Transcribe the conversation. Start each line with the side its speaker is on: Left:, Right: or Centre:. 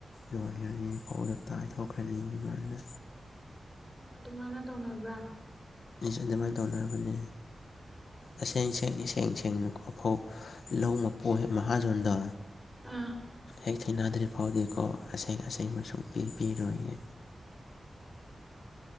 Left: ꯌꯣꯟꯈ꯭ꯔꯅꯤ ꯐꯥꯎꯕꯗ ꯇꯥꯏꯊꯣꯛꯈ꯭ꯔꯅꯤ ꯑꯩꯉꯣꯟꯗ
Centre: ꯑꯗꯨꯃꯥꯏꯅ ꯇꯧꯅꯕ꯭ꯔꯥ
Left: ꯑꯗꯨꯃꯥꯏꯅ ꯇꯧꯅꯅꯕꯅꯦ ꯑꯁꯦꯡ ꯁꯦꯡ ꯏꯁꯦꯡ ꯁꯦꯡꯅꯀꯣ ꯐꯧ ꯂꯧ ꯃꯄꯣꯛ ꯃꯍꯥꯖꯣꯟꯗ
Centre: ꯑꯥ
Left: ꯍ ꯊꯦꯡꯅꯗ꯭ꯔꯤ ꯐꯥꯎꯗꯤꯀꯣ ꯑꯁꯦꯡ ꯑꯁꯦꯡꯕ ꯁꯨꯡ ꯄꯤ ꯄꯤꯔꯣꯏꯒꯦ